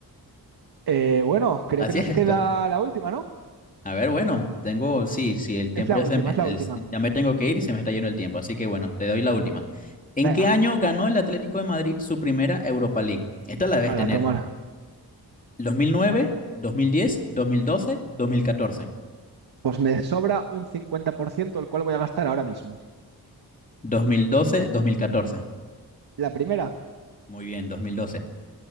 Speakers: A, on the right (about 75°); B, on the left (about 20°).
A: Eh, bueno, creo
B: así
A: que nos
B: es esto.
A: queda la última, ¿no?
B: A ver, bueno, tengo, sí, sí, el tiempo
A: Es la
B: ya
A: última,
B: se, me-
A: es
B: el-
A: la última.
B: ya me tengo que ir y se me está yendo el tiempo, así que bueno, te doy la última. ¿En
A: Venga,
B: qué año ganó el Atlético de Madrid su primera Europa League? Esta la debes
A: a
B: tener.
A: la tomar.
B: dos dos dos mil diez, dos mil doce, dos mil nueve diez 2009, dos mil 2014.
A: Pues me sobra un 50%, el cual voy a gastar ahora mismo.
B: Ok, mil catorce
A: La primera.
B: Muy bien, 2012.